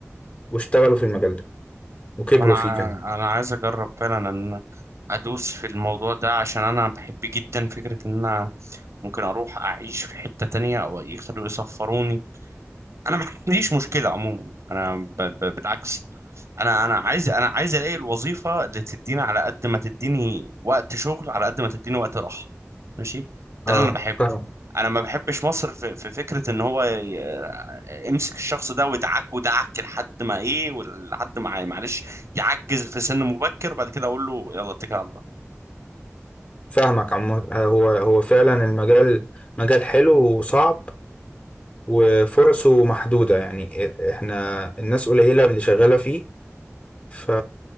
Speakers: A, on the left (about 25°); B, on the right (about 70°).
A: واشتغلوا في المجال ده وكبروا
B: طب انا
A: فيه
B: ع-
A: كمان
B: انا عايز اجرب فعلا ان انا ادوس في الموضوع ده عشان انا بحب جدا فكرة ان انا ممكن اروح اعيش في حتة تانية او يخلوا يسفروني انا ما عنديش مشكلة عموما انا ب... ب... بالعكس انا انا عايز انا عايز الاقي الوظيفه اللي تديني على قد ما تديني وقت شغل على قد ما تديني وقت راحه ماشي ده
A: اه
B: اللي انا بحبه
A: فاهم
B: انا ما بحبش مصر في, في فكره ان هو ي- يمسك الشخص ده ويدعك ودعك لحد ما ايه ولحد ما معلش يعجز في سن مبكر وبعد كده اقول له يلا اتكل على الله
A: فاهمك عم آه، هو هو فعلا المجال مجال حلو وصعب وفرصه محدودة يعني احنا الناس قليلة اللي شغالة فيه ف...